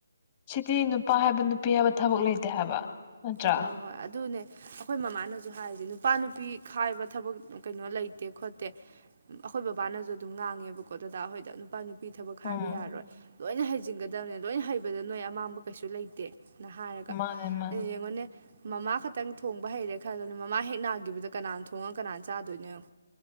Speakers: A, on the left; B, on the right.
A: ꯁꯤꯇꯤ ꯅꯨꯄꯥ ꯍꯥꯏꯕ ꯅꯨꯄꯤ ꯍꯥꯏꯕ ꯊꯕꯛ ꯂꯩꯇꯦ ꯍꯥꯏꯕ ꯅꯠꯇ꯭ꯔꯥ
B: ꯍ ꯍꯣ ꯑꯗꯨ ꯑꯗꯨꯅꯦ ꯑꯩꯈꯣꯏ ꯃꯃꯥꯅꯁꯨ ꯍꯥꯏꯔꯤꯁꯦ ꯅꯨꯄꯥ ꯅꯨꯄꯤ ꯈꯥꯏꯕ ꯊꯕꯛ ꯀꯩꯅꯣ ꯂꯩꯇꯦ ꯈꯣꯠꯇꯦ ꯑꯩꯈꯣꯏ ꯕꯕꯥꯅꯁꯨ ꯑꯗꯨꯝ ꯉꯥꯡꯉꯦꯕꯀꯣ ꯗꯗꯥ ꯑꯩꯈꯣꯏꯗ ꯅꯨꯄꯥ ꯅꯨꯄꯤ ꯄꯤ ꯊꯕꯛ ꯍꯥꯏꯕ
A: ꯎꯝ
B: ꯌꯥꯔꯣꯏ ꯂꯣꯏꯅ ꯍꯩꯖꯤꯟꯒꯗꯕꯅꯦ ꯂꯣꯏꯅ ꯍꯩꯕꯗ ꯅꯣꯏ ꯑꯃꯥꯡꯕ ꯀꯩꯁꯨ ꯂꯩꯇꯦ ꯅ ꯍꯥꯏꯔꯒ
A: ꯃꯥꯅꯦ ꯃꯥꯅꯦ
B: ꯑꯩꯅ ꯅꯦ ꯃꯃꯥ ꯈꯛꯇꯪ ꯊꯣꯡꯕ ꯍꯩꯔꯦ ꯈꯔꯗꯅꯦ ꯃꯃꯥ ꯍꯦꯛ ꯅꯥꯈꯤꯕꯗ ꯀꯅꯥꯅ ꯊꯣꯡꯉ ꯀꯅꯥꯅ ꯆꯥꯗꯣꯏꯅꯦꯣ